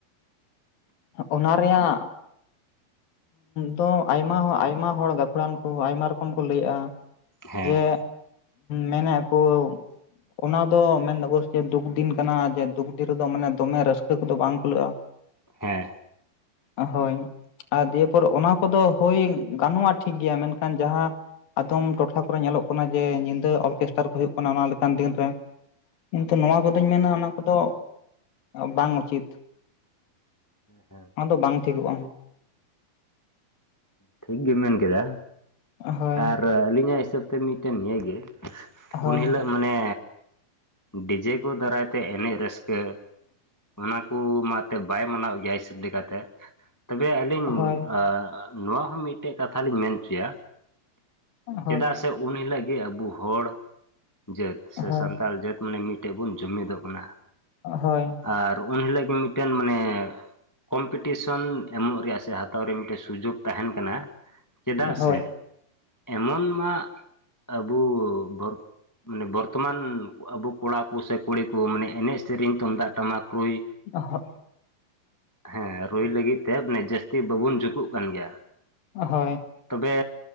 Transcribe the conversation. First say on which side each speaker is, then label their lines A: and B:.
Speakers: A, on the left; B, on the left.
A: ᱚᱱᱟ ᱨᱮᱭᱟᱜ ᱫᱚ ᱟᱭᱢᱟ ᱟᱭᱢᱟ ᱦᱚᱲ ᱜᱟᱹᱠᱷᱩᱲᱟᱱ ᱠᱚ ᱟᱭᱢᱟ ᱨᱚᱠᱚᱢ ᱠᱚ ᱞᱟᱹᱭᱮᱜᱼᱟ
B: ᱦᱮᱸ
A: ᱡᱮ ᱢᱮᱱᱮᱫ ᱠᱚ ᱚᱱᱟ ᱫᱚ ᱢᱮᱱ ᱫᱟᱠᱚ ᱡᱮ ᱫᱩᱠ ᱫᱤᱱ ᱠᱟᱱᱟ ᱡᱮ ᱫᱩᱠ ᱫᱤᱱ ᱨᱮᱫᱚ ᱢᱟᱱᱮ ᱫᱚᱢᱮ ᱨᱟᱹᱥᱠᱟᱹ ᱠᱚᱫᱚ ᱵᱟᱝ ᱠᱩᱞᱟᱹᱜᱼᱟ᱾
B: ᱦᱮᱸ᱾
A: ᱦᱳᱭ ᱟᱨ ᱫᱤᱭᱮ ᱯᱚᱨ ᱚᱱᱟ ᱠᱚᱫᱚ ᱦᱳᱭ, ᱜᱟᱱᱚᱜᱼᱟ, ᱴᱷᱤᱠᱜᱮᱭᱟ ᱢᱮᱱᱠᱷᱟᱱ ᱡᱟᱦᱟ ᱟᱫᱚᱢ ᱴᱚᱴᱷᱟ ᱠᱚᱨᱮ ᱧᱮᱞᱚᱜ ᱠᱟᱱᱟ ᱡᱮ, ᱧᱤᱫᱟᱹ ᱚᱨᱠᱮᱥᱴᱟᱨ ᱠᱚ ᱦᱩᱭᱩᱜ ᱠᱟᱱᱟ, ᱚᱱᱟ ᱞᱮᱠᱟᱱ ᱫᱤᱱ ᱨᱮ᱾ ᱠᱤᱱᱛᱩ ᱱᱚᱣᱟ ᱠᱚᱫᱚᱹᱧ ᱢᱮᱱᱟ, ᱚᱱᱟ ᱠᱚᱫᱚ ᱵᱟᱝ ᱩᱪᱤᱛ᱾
B: ᱦᱮᱸ
A: ᱟ ᱫᱚ ᱵᱟᱝ ᱴᱷᱤᱠᱚᱜᱼᱟ!
B: ᱴᱷᱤᱠ ᱜᱮᱢ ᱢᱮᱱ ᱠᱮᱫᱟ
A: ᱦᱳᱭ
B: ᱟᱨ ᱟᱹᱞᱤᱧᱟᱜ ᱦᱤᱥᱟᱹᱵ- -ᱛᱮ ᱢᱤᱫᱴᱮᱱ ᱱᱤᱭᱟᱹ ᱜᱮ,
A: ᱦᱳᱭ
B: ᱩᱱ ᱦᱤᱞᱟᱹᱜ- -ᱢᱟᱱᱮ ᱰᱤᱡᱮ ᱠᱚ ᱫᱟᱨᱟᱭ ᱛᱮ ᱮᱱᱮᱡ ᱨᱟᱹᱥᱠᱟᱹ, ᱚᱱᱟ ᱠᱩ ᱢᱟ ᱛᱮ ᱵᱟᱭ ᱢᱟᱱᱟᱣ ᱜᱮᱭᱟ ᱥᱟᱹᱵ ᱞᱮᱠᱟᱛᱮ, ᱛᱚᱵᱮ ᱟᱹᱞᱤᱧ
A: ᱦᱳᱭ
B: ᱟ ᱱᱚᱣᱟ ᱦᱚᱸ ᱢᱤᱫᱴᱮᱡ ᱠᱟᱛᱷᱟ ᱞᱤᱧ ᱢᱮᱱ ᱪᱚᱭᱟ
A: ᱦᱳᱭ
B: ᱪᱮᱫᱟᱜ ᱥᱮ ᱩᱱᱤ ᱞᱟᱹᱜᱤᱜ ᱟᱵᱚ ᱦᱚᱲ ᱡᱟᱹᱛ ᱥᱮ
A: ᱦᱳᱭ
B: ᱥᱟᱱᱛᱟᱞ
A: ᱦᱳᱭ
B: ᱡᱟᱹᱛ ᱢᱟᱱᱮ ᱢᱤᱫᱴᱮ ᱵᱚᱱ ᱡᱩᱢᱤᱫᱚᱜ ᱠᱟᱱᱟ᱾
A: ᱳ ᱦᱳᱭ,
B: ᱟᱨ ᱩᱱ ᱦᱤᱞᱳᱜ ᱜᱮ ᱢᱤᱫᱴᱮᱱ ᱢᱟᱱᱮ ᱠᱚᱢᱯᱤᱴᱤᱥᱚᱱ ᱮᱢᱚᱜ ᱨᱮᱭᱟᱜ ᱥᱮ ᱟ- -ᱦᱟᱛᱟᱣ ᱨᱮ ᱢᱤᱫᱴᱮᱱ ᱥᱩᱡᱳᱜᱽ ᱛᱟᱦᱮᱱ ᱠᱟᱱᱟ, ᱪᱮᱫᱟᱜ
A: ᱦᱳᱭ
B: ᱥᱮ- -ᱮᱢᱚᱱ ᱢᱟ ᱟᱵᱩ ᱵᱚᱨ ᱢᱟᱱᱮ ᱵᱚᱨᱛᱚᱢᱟᱱ ᱟᱵᱩ ᱠᱚᱲᱟ ᱠᱚ ᱥᱮ ᱠᱩᱲᱤ ᱠᱚ ᱢᱟᱱᱮ ᱮᱱᱮᱡ-ᱥᱮᱨᱮᱧ, ᱛᱩᱱᱫᱟᱜ-ᱴᱟᱢᱟᱠ ᱨᱩᱭ
A: ᱚᱦᱚᱜ,
B: ᱦᱮᱸ, ᱨᱩᱭ ᱞᱟᱹᱜᱤᱫ ᱛᱮ ᱡᱟᱹᱥᱛᱤ ᱵᱟᱵᱩᱱ ᱡᱩᱠᱩᱜ ᱠᱟᱱ ᱜᱮᱭᱟ,
A: ᱦᱳᱭ᱾
B: ᱛᱚᱵᱮ